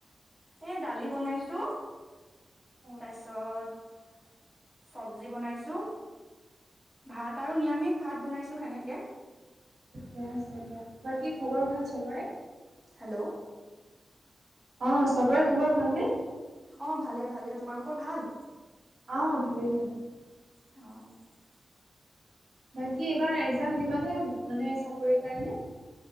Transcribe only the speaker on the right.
অ'
ঠিকে আছে দিয়া। বাকী খবৰ ভাল চবৰে?
অঁ চবৰে খবৰ ভালনে?
অ ভালেই ভালে।
বাকী এইবাৰ একজাম দিবানে মানে চাকৰিৰ কাৰণে।